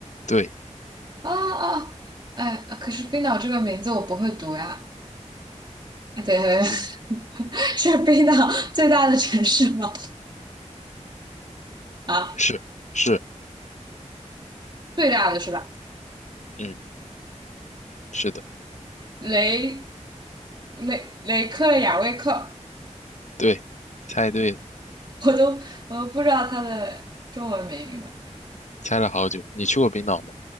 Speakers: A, on the left; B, on the right.
A: 对，
B: 啊啊，哎，可是冰岛这个名字我不会读呀，哎对，对对
A: 嗯，
B: <laughs> 是冰岛最大的城市吗？啊，
A: 是是，
B: 最大的是吧？
A: 嗯，是的，
B: 雷雷雷克雅未克，
A: 对，猜对了
B: 我都我都不知道它的中文名吧，
A: 猜了好久。你去过冰岛吗？